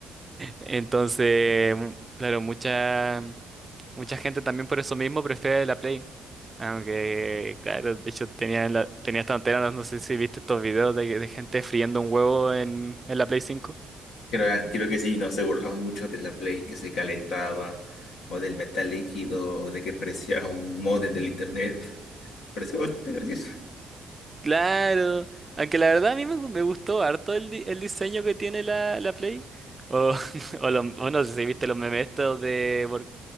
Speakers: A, on the right; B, on the left.
A: entonces, claro, mucha, mucha gente también por eso mismo prefiere la Play. Aunque, claro, de hecho tenía, en la, tenía esta antena, no, no sé si viste estos videos de, de gente friendo un huevo en, en la Play cinco
B: Creo, ah, creo que sí, no se burlaban mucho de la Play que se calentaba, o del metal líquido, o de que parecía un modem del internet. Pareció bastante gracioso.
A: Claro, aunque la verdad a mí me, gu- me gustó harto el, di- el diseño que tiene la, la Play. O, <laughs> o, lo- o no sé si viste los memes estos de... por-